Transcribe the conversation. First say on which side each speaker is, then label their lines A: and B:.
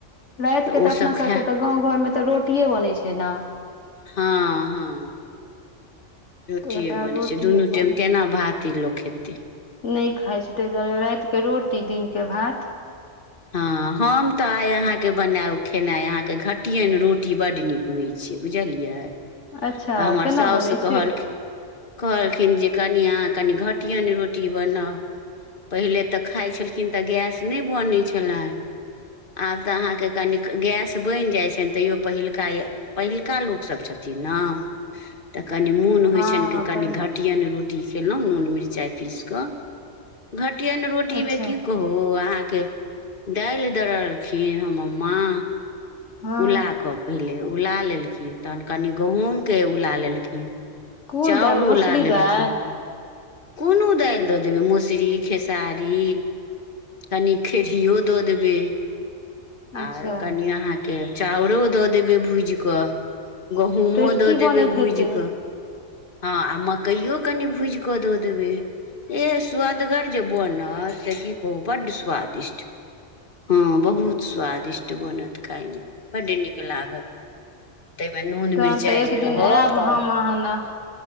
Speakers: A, on the left (about 65°); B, on the left (about 40°).
A: रातिके
B: ओसभ
A: तऽ अपना सबके
B: खाय
A: तऽ गाँव घरमे तऽ रोटिे बनैत छै न
B: हाँ हाँ रोटिए
A: तऽ वएह
B: बनै
A: रोटिये
B: छै दुनू
A: बनल
B: टाइम केना भाते लोक खेतै
A: नहि खाइ छै ताहि दुआरे रातिके रोटी दिनके भात
B: हँ हम तऽ आइ अहाँके बनायब खेनाइ अहाँके घटियेन रोटी बड नीक होई छै बुझलियै
A: अच्छा
B: तऽ हमर
A: केना
B: साउस
A: बनै
B: कहलखिन
A: छै
B: कहलखिन जे कनि अहाँ कनि घटिअनि रोटी बनाउ पहिले तऽ खाइ छलखिन तऽ गैस नहि बनै छलनि आब तऽ अहाँके कनि गैस बनि जाइ छनि तैओ पहिलुका यए पहिलका लोकसभ छथिन नऽ तऽ कनि मोन होइ
A: हँ
B: छनि कनि घटियनि रोटी खयलहुँ नून मिरचाइ पीसि कऽ घटियन रोटी
A: अच्छा
B: मे की कहू आ अहाँके दालि दररथिन हमर माँ
A: हँ
B: उला कऽ पहिले उला लेलखिन तखन कनि गेहूमके कनि उला लेलखिन
A: कोन
B: चाउर
A: दालि मसुरी
B: उला लेलखिन
A: दालि
B: कोनो दालि दऽ देबै मसुरी खेसारी कनी खेरियओ दऽ देबै आर
A: अच्छा
B: कनि अहाँके चाउरो दऽ देबै भूजि कऽ गहुंमो
A: टेस्टी
B: दऽ
A: बनैत
B: देबै भूज
A: हेतै
B: कऽ हाँ आ मकइयो कनि भुजि कऽ दऽ देबै एह स्वदगर जे बनत से की कहू बड्ड स्वादिष्ट हँ बहुत स्वादिष्ट बनत खाययमे बड्ड नीक लागत ताहिमे नून
A: तहन
B: मिर्चाइ
A: तऽ एक
B: जे
A: दिन
B: रहत
A: आयब
B: तऽ
A: हम अहाँ न